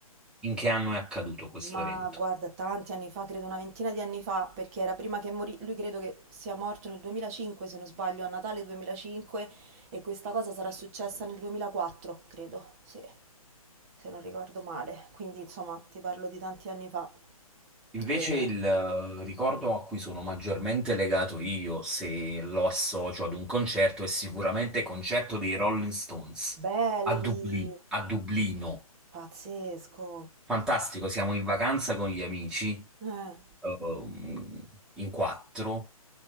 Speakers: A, in the centre; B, on the right.
A: In che anno è accaduto questo
B: Ma
A: evento?
B: guarda, tanti anni fa, credo una ventina di anni fa, perché era prima che morì, lui credo che sia morto nel 2005, se non sbaglio, a Natale 2005 e questa cosa sarà successa nel 2004, credo, sì, se non ricordo male. Quindi, insomma, ti parlo di tanti anni fa.
A: Invece
B: E-
A: il eh, ricordo a cui sono maggiormente legato io, se lo associo ad un concerto, è sicuramente il concerto dei Rolling Stones
B: belli,
A: a Dublino, a Dublino.
B: pazzesco.
A: Fantastico, siamo in vacanza con gli amici,
B: Eh,
A: ehm, in quattro.